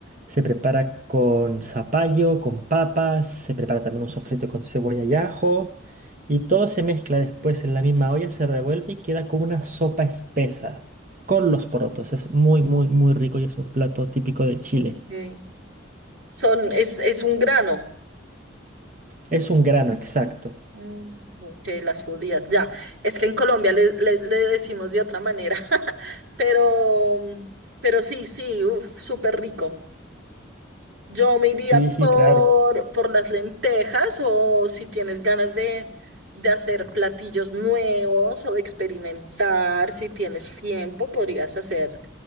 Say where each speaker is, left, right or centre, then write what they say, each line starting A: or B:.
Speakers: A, on the right (about 40°); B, on the right (about 75°).
A: Se prepara con zapallo, con papas, se prepara también un sofrito con cebolla y ajo, y todo se mezcla después en la misma olla, se revuelve y queda como una sopa espesa con los porotos. Es muy, muy, muy rico y es un plato típico de Chile.
B: Ok. Son, es, es un grano.
A: Es un grano, exacto.
B: Mm, ok, las judías, ya. Es que en Colombia le, le- le decimos de otra manera, <laughs> pero, pero sí, sí, uf, súper rico. Yo me iría
A: Sí, sí,
B: por,
A: claro.
B: por las lentejas o si tienes ganas de, de hacer platillos nuevos o de experimentar, si tienes tiempo, podrías hacer,